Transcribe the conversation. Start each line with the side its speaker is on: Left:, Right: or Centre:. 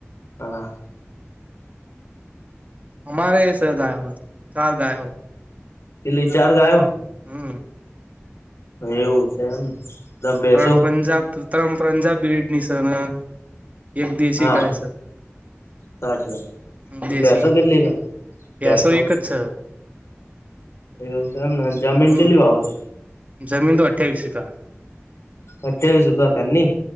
Left: હા!
Right: અમારે એ છે ગાય. ચાર ગાય.
Left: કીટલી ચાર ગાયો?
Right: હમ!
Left: એવું છે એમને તમે પેસો
Right: ત્રણ પંજાબ ત્રણ પંજાબ બિડની સર એક દેશી
Left: હા
Right: ગાય સર
Left: સાચી વાત
Right: દસી
Left: પેસો કેટલી રે પેસો
Right: પસો એક જ છ
Left: એવું છે એમ ને જમીન
Right: હમ
Left: કેલી વા આવશે
Right: જમીન તો અઠ્ઠ્યાવીસ ક
Left: અઠ્યાવી સુગ પની